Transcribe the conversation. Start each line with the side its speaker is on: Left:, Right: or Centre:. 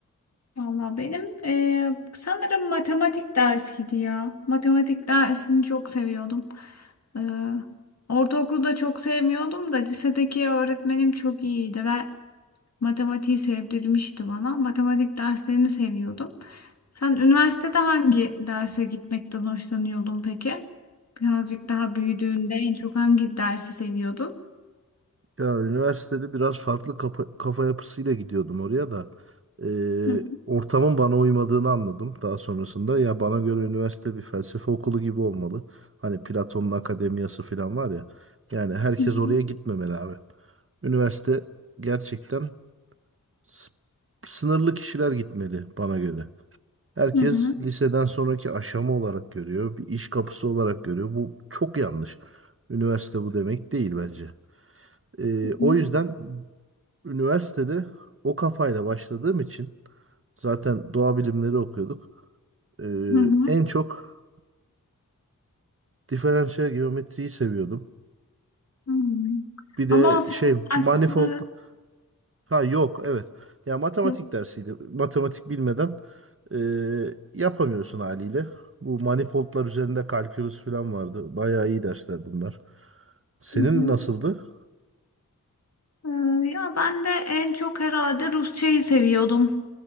Left: Valla benim eee, sanırım matematik dersiydi ya. Matematik dersini çok seviyordum. Eee ortaokulda çok sevmiyordum da lisedeki öğretmenim çok iyiydi ve Matematiği sevdirmişti bana. Matematik derslerini seviyordum. Sen üniversitede hangi derse gitmekten hoşlanıyordun peki? Birazcık daha büyüdüğünde en çok hangi dersi seviyordun?
Right: Ya üniversitede biraz farklı kafa, kafa yapısıyla gidiyordum oraya da. Ee,
Left: Hı
Right: ortamın bana uymadığını anladım daha sonrasında. Ya bana göre üniversite bir felsefe okulu gibi olmalı. Hani Platon'un akademiyası falan var ya. Yani herkes
Left: hı
Right: oraya gitmemeli abi. Üniversite gerçekten s- sınırlı kişiler gitmeli bana göre. Herkes
Left: hı hı hı
Right: liseden sonraki aşama olarak görüyor, bir iş kapısı olarak görüyor. Bu çok yanlış. Üniversite bu demek değil bence. Ee,
Left: hı
Right: o yüzden üniversitede o kafayla başladığım için zaten doğa bilimleri okuyorduk. Ee,
Left: hı hı
Right: en çok diferansiyel geometriyi seviyordum.
Left: hı
Right: Bir de
Left: Ama o senin
Right: şey
Left: derslerin
Right: manifold Ha yok evet. Ya matematik
Left: yok.
Right: dersiydi. Matematik bilmeden eee, yapamıyorsun haliyle. Bu manifoldlar üzerinde kalkülüs falan vardı. Bayağı iyi dersler bunlar. Senin
Left: Hı hı.
Right: nasıldı?
Left: Ee, ya ben de en çok herhalde Rusçayı seviyordum.